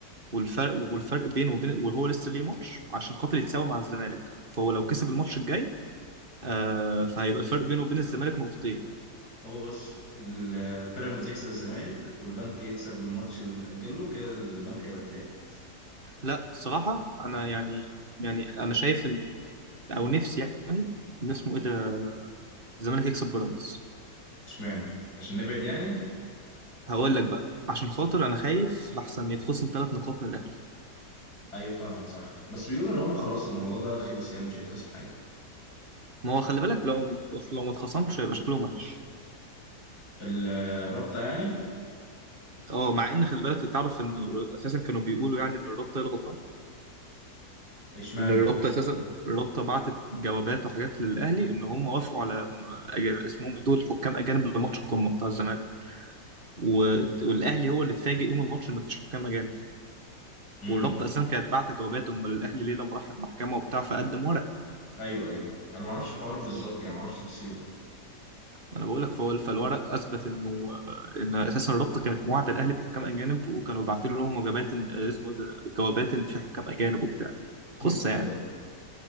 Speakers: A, on the right; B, on the left.
A: والفرق والفرق بينه وبين وهو لسه ليه ماتش عشان خاطر يتساوي مع الزمالك فهو لو كسب الماتش الجاي آه فهيبقى الفرق بينه وبين الزمالك نقطتين
B: هو بس ال- بيراميدز يكسب الزمالك والبنك يكسب الماتش اللي متأجل له كده البنك هيبقى التالت
A: لا الصراحة انا يعني يعني انا شايف ان او نفسي يعني ان اسمه ايه ده الزمالك يكسب بيراميدز
B: اشمعنى عشان نبعد يعني
A: هقول لك بقى عشان خاطر انا خايف لحسن يتخصم ثلاث نقاط من الاهلي
B: ايوه فاهمك صح بس بيقولوا ان هم خلاص الموضوع ده خلص يعني مش هيتخصم حاجه
A: ما هو خلي بالك لو لو ما اتخصمش هيبقى شكلهم وحش
B: ال- الرابطه يعني
A: اه مع ان خلي بالك تعرف ان اساسا كانوا بيقولوا يعني ان الرابطه هي الغلطان
B: اشمعنى
A: ان الرابطه اساسا الرابطه بعتت جوابات وحاجات للاهلي ان هم وافقوا على م- أج- اسمهم ايه دول حكام اجانب لماتش القمه بتاع الزمالك و- والاهلي هو اللي اتفاجئ يوم الماتش ان مفيش حكام اجانب
B: امم
A: والرابطه اساسا كانت بعت جوابات امال الاهلي ليه لما راح المحكمه وبتاع فقدم ورق
B: ايوه ايوه انا ما اعرفش الحوار بالظبط
A: فقول-
B: يعني ما اعرفش تفاصيله
A: وانا بقول لك فهو فالورق اثبت انه ان اساسا الرابطه كانت موعده الاهلي بحكام اجانب وكانوا باعتين لهم وجبات إن- اسمه إيه ده جوابات ان في حكام اجانب وبتاع
B: <laughs>
A: قصه
B: وجبات
A: يعني